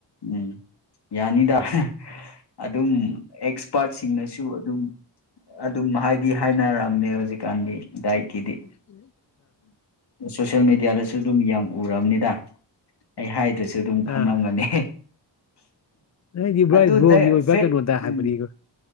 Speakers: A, on the left; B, on the left.
A: ꯎꯝ ꯌꯥꯅꯤꯗ ꯑꯗꯨꯝ ꯑꯦꯛꯁꯄꯥꯔꯠꯁꯤꯡꯅꯁꯨ ꯑꯗꯨꯝ ꯑꯗꯨꯝ ꯍꯥꯏꯗꯤ ꯍꯥꯏꯅꯔꯝꯅꯦ ꯍꯧꯖꯤꯛꯀꯥꯟꯒꯤ ꯗꯥꯏꯠꯀꯤꯗꯤ
B: ꯎꯝ
A: ꯁꯣꯁꯦꯜ ꯃꯦꯗꯤꯌꯥꯗꯁꯨ ꯑꯗꯨꯝ ꯌꯥꯝ ꯎꯔꯕꯅꯤꯗ ꯑꯩ ꯍꯥꯏꯗ꯭ꯔꯁꯨ ꯑꯗꯨꯝ ꯈꯪꯂꯝꯒꯅꯤ
B: ꯑꯥ ꯍꯥꯏꯗꯤ ꯕ꯭ꯔꯣ
A: ꯑꯗꯨꯗꯩ
B: ꯕ꯭ꯔꯣꯒꯤ ꯑꯣꯏꯕ
A: ꯐꯦꯠ
B: ꯀꯩꯅꯣꯗ ꯍꯥꯏꯕꯅꯤꯀꯣ
A: ꯎꯝ